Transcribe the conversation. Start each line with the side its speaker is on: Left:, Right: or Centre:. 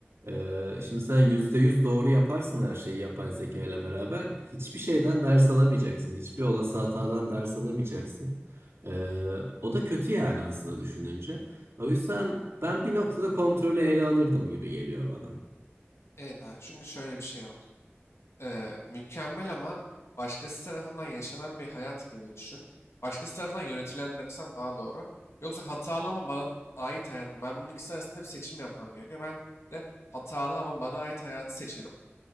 Right: Ee, şimdi sen %100 doğru yaparsın her şeyi yapay zeka ile beraber. Hiçbir şeyden ders alamayacaksın. Hiçbir olası hatadan ders alamayacaksın. Ee, o da kötü yani aslında düşününce. O yüzden ben bir noktada kontrolü ele alırdım gibi geliyor bana.
Left: Evet abi. Çünkü şöyle bir şey var. e, mükemmel ama başkası tarafından yaşanan bir hayat gibi düşün. Başkası tarafından yönetilen demsem daha doğru. Yoksa hatalı ama bana ait hayat mı? Ben bunun ikisi arasında bir seçim yapmam gerekiyor. Ben de hatalı ama bana ait hayatı seçerim.